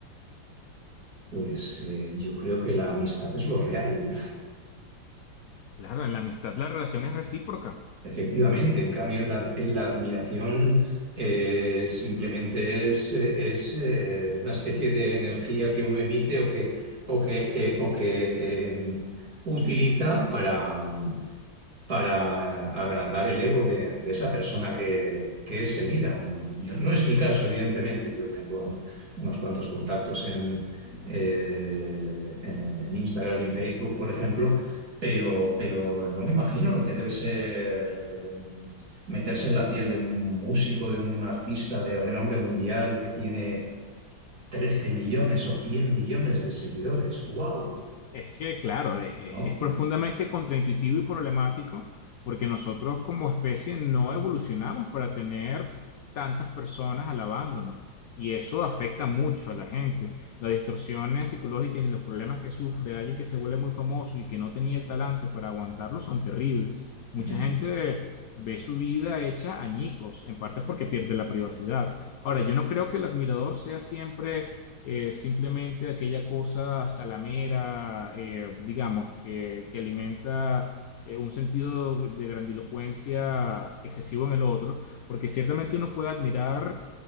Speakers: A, on the right (about 50°); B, on the left (about 80°).
A: Pues eh, yo creo que la amistad es lo real.
B: Claro, en la amistad la relación es recíproca.
A: Efectivamente, en cambio, en la, en la admiración eh, simplemente es, eh, es, eh, una especie de energía que uno emite o que, o que, eh, o que eh, utiliza para, para agrandar el ego de, de esa persona que, que es seguida. Un- yo- no es mi caso, evidentemente. Yo tengo unos cuantos contactos en, eh, en, en Instagram y en Facebook, por ejemplo, pero, pero no me imagino lo que debe ser eh, meterse en la piel de un músico, de un artista de renombre mundial que tiene 13 millones o 100 millones de seguidores. ¡Wow!
B: Es que, claro, es, es-
A: ¿No?
B: es profundamente contraintuitivo y problemático porque nosotros como especie no evolucionamos para tener tantas personas alabándonos y eso afecta mucho a la gente. Las distorsiones psicológicas y los problemas que sufre alguien que se vuelve muy famoso y que no tenía el talante para aguantarlo son terribles. Mucha
A: Ujú.
B: gente ve su vida hecha añicos, en parte porque pierde la privacidad. Ahora, yo no creo que el admirador sea siempre eh, simplemente aquella cosa salamera, eh, digamos, que, que alimenta eh, un sentido de grandilocuencia excesivo en el otro, porque ciertamente uno puede admirar,